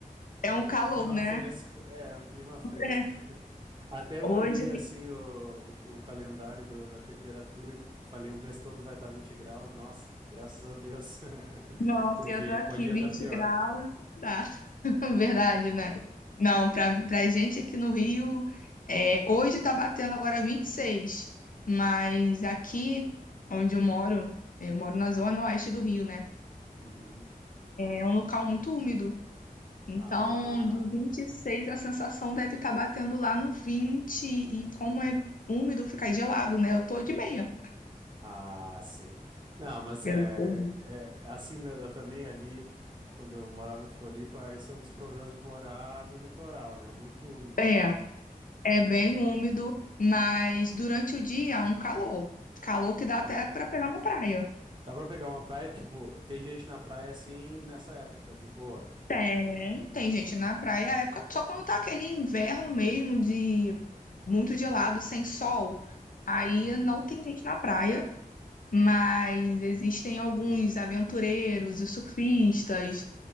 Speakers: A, on the left (about 65°); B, on the right (about 30°).
A: É
B: É
A: um
B: um
A: calor,
B: clima
A: né?
B: fresco, é um clima fresco.
A: <laughs>
B: <laughs> Até eu
A: Hoje,
B: olhei assim o, o, o calendário do- da temperatura e falei, o mês todo vai estar 20 graus. Nossa, graças a Deus. <laughs>
A: nossa,
B: Porque
A: eu tô aqui
B: pode
A: 20
B: estar pior.
A: graus, dá. <laughs> Verdade, né? Não, pra, pra gente aqui no Rio, é, hoje tá batendo agora 26, mas aqui onde eu moro, eu moro na zona oeste do Rio, né?
B: Uhum.
A: É um local muito úmido. Então,
B: Ah,
A: de 26, a sensação deve estar batendo lá no 20, e como é úmido, fica gelado, né? Eu tô de meia.
B: ah, sim. Não, mas
A: Eu
B: é,
A: tô- <laughs>
B: é é assim mesmo. Eu também ali, quando eu morava em Floripa, esse é um dos problemas de morar no litoral, né? Muito úmido,
A: É, é bem úmido, mas durante o dia, um calor. Calor que
B: um
A: dá
B: calor.
A: até pra pegar uma praia.
B: Dá pra pegar uma praia, tipo, tem gente na praia assim nessa época, de boa.
A: Tem, tem gente na praia, a época, só quando tá aquele inverno mesmo de muito gelado, sem sol, aí
B: Uhum.
A: não tem gente na praia, mas existem alguns aventureiros, os surfistas,